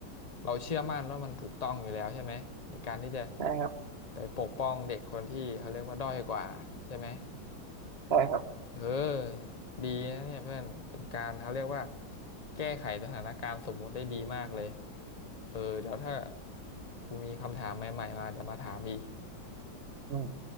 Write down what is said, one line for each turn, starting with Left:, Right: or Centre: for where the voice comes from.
Left: เราเชื่อมั่นว่ามันถูกต้องอยู่แล้วใช่ไหมในการที่จะ
Right: ใช่ครับ
Left: ไปปกป้องเด็กคนที่เขาเรียกว่าด้อยกว่าใช่ไหม
Right: ใช่ครับ
Left: เออดีนะเนี่ยเพื่อนเป็นการเขาเรียกว่าแก้ไขสถานการณ์สมมุติได้ดีมากเลยเออเดี๋ยวถ้ากูมีคำถามใหม่ๆมาเดี๋ยวมาถามอีก
Right: อืม